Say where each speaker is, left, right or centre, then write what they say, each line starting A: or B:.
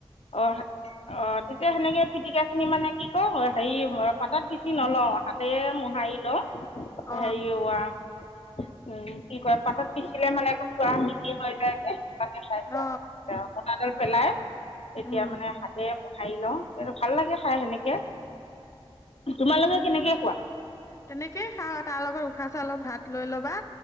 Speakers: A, on the left (about 80°); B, on the left (about 30°).
A: অ', অ', তেতিয়া সেনেকে পিটিকা খিনি মানে কি কওঁ হেৰি পাতাত পিচি নলওঁ হাতে মোহাৰি লও
B: অ
A: হেৰি উম, কি কয় পাতত পিচিলে মানে একে পুৰা মিহি হৈ যায় যে। চাই দিয়া
B: অ
A: এ কটাডাল পেলাই
B: অ
A: এতিয়া
B: উম
A: মানে হাতে মোহাৰি লওঁ ভাল লাগে খাই সেনেকে তোমালোকে কেনেকে খোৱা?
B: তেনেকেইে খাওঁ, তাৰ লগত উখোৱা চাউলৰ ভাত লৈ ল'বা